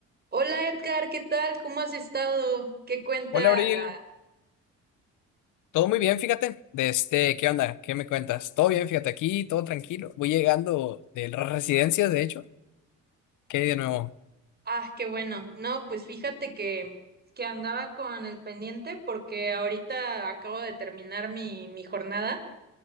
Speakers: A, on the right; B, on the left.
A: Hola Edgar, ¿qué tal? ¿Cómo has estado? ¿Qué cuenta
B: Hola, Abril.
A: la...
B: Todo muy bien, fíjate. De este, ¿qué onda? ¿Qué me cuentas? Todo bien, fíjate, aquí, todo tranquilo. Voy llegando de las residencias, de hecho. ¿Qué hay de nuevo?
A: Ah, qué bueno. No, pues fíjate que, que andaba con el pendiente porque ahorita acabo de terminar mi, mi jornada